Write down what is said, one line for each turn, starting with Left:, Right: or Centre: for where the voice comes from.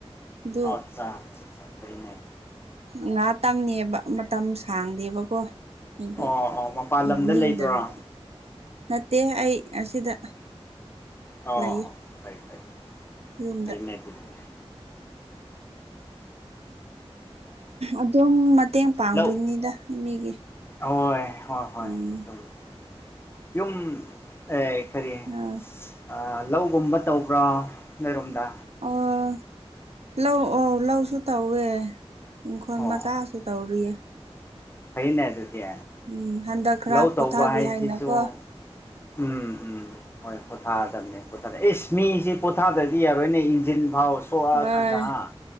Right: ꯑꯗꯨ
Left: ꯑꯣ ꯑꯆꯥ ꯐꯩꯅꯦ
Right: ꯉꯥ ꯇꯪꯅꯦꯕ ꯃꯇꯝ ꯁꯥꯡꯗꯦꯕꯀꯣ ꯑꯩꯒꯤ
Left: ꯑꯣ ꯑꯣ ꯃꯄꯥꯟ ꯂꯝꯗ
Right: ꯏꯚꯤꯅꯤꯡꯗ
Left: ꯂꯩꯕ꯭ꯔꯣ ꯑꯣ
Right: ꯅꯠꯇ ꯅꯠꯇꯦ ꯑꯩ ꯑꯁꯤꯗ
Left: ꯑꯣ
Right: ꯂꯩꯌꯦ
Left: ꯐꯥꯏ ꯐꯥꯏ
Right: ꯌꯨꯝꯗ
Left: ꯐꯩꯅꯦ ꯑꯗꯨꯗꯤ
Right: ꯑꯗꯨꯝ ꯃꯇꯦꯡ ꯄꯥꯡꯕꯤꯅꯤꯗ
Left: ꯂꯧ
Right: ꯃꯤꯒꯤ
Left: ꯍꯣꯏ ꯍꯣꯏ ꯍꯣꯏ
Right: ꯎꯝ
Left: <unintelligible> ꯌꯨꯝ ꯑ ꯀꯔꯤ
Right: ꯑ
Left: ꯑ ꯂꯧꯒꯨꯝꯕ ꯇꯧꯕ꯭ꯔꯣ ꯅꯣꯏꯔꯣꯝꯗ
Right: ꯑꯣ ꯂꯧ ꯑꯣ ꯂꯧꯁꯨ ꯇꯧꯋꯦ ꯏꯪꯈꯣꯜ
Left: ꯑꯣ
Right: ꯃꯆꯥꯁꯨ ꯇꯧꯔꯤꯌꯦ
Left: ꯐꯩꯅꯦ ꯑꯗꯨꯗꯤ
Right: ꯎꯝ ꯍꯟꯗꯛ ꯈꯔ
Left: ꯂꯧ ꯇꯧꯕ
Right: ꯄꯣꯊꯥꯒꯦ
Left: ꯍꯥꯏꯁꯤꯁꯨ
Right: ꯍꯥꯏꯅꯀꯣ
Left: ꯎꯝ ꯎꯝ ꯍꯣꯏ ꯄꯣꯊꯥꯗꯕꯅꯦ ꯄꯣꯊꯥꯗ ꯑꯦꯁ ꯃꯤꯁꯤ ꯄꯣꯊꯥꯗ꯭ꯔꯗꯤ ꯌꯥꯔꯣꯏꯅꯦ ꯏꯟꯖꯤꯟ ꯐꯥꯎ ꯊꯣꯛꯂꯛꯑꯀꯥꯟꯗ
Right: ꯍꯣꯏ